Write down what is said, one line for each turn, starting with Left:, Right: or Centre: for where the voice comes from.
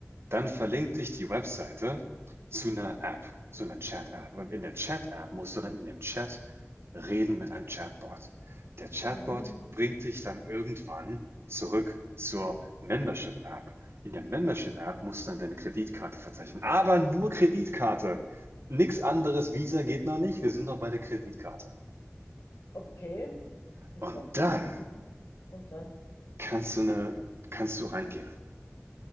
Right: Dann verlinkt dich die Webseite zu einer App, zu einer Chat-App. Und in der Chat-App musst du dann in dem Chat reden mit einem Chatbot. Der Chatbot
Left: mhm.
Right: bringt dich dann irgendwann zurück zur Membership-App. In der Membership-App musst du dann deine Kreditkarte verzeichnen, aber nur Kreditkarte. Nix anderes, Visa geht noch nicht, wir sind noch bei der Kreditkarte.
Left: Okay, um
Right: Und
Left: Gottes
Right: dann
Left: Willen. Mhm. Und dann?
Right: kannst du eine, kannst du reingehen.